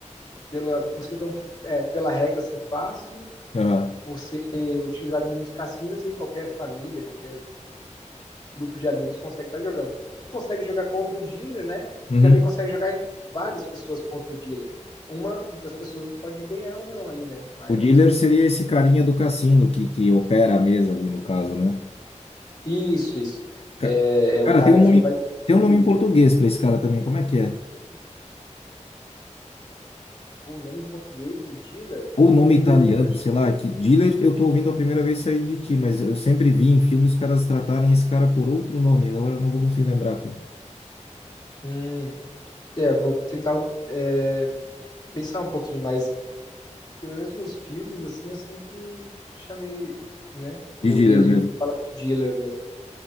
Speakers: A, on the left; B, on the left.
A: pela, por ser tão, é, pela regra ser fácil
B: Aham.
A: por ser utilizado em muitos cassinos e qualquer família, qualquer grupo de amigos consegue estar jogando. Porque consegue jogar contra o dealer, né?
B: Uhum.
A: E também consegue jogar várias pessoas contra o dealer. Uma das pessoas pode ganhar ou não ali, né? Mas.
B: O dealer seria esse carinha do cassino que, que opera a mesa ali, no caso, né?
A: Isso, isso.
B: Ca-
A: É, é
B: Cara,
A: o cara
B: tem um nome,
A: que vai distribuir.
B: tem um nome em português para esse cara também, como é que é?
A: Pô, O nome em português do dealer,
B: Ou nome italiano,
A: eu acho
B: sei
A: que.
B: lá, é que dealer eu tô ouvindo a primeira vez sair de ti, mas eu sempre vi em filmes os caras tratarem esse cara por outro nome, agora eu não vou conseguir lembrar, cara.
A: Hum, é, vou tentar é, pensar um pouquinho, mas pelo menos nos filmes, assim, eu sempre chamei, né? Ouvi
B: De dealer
A: ele
B: mesmo.
A: falar de dealer mesmo.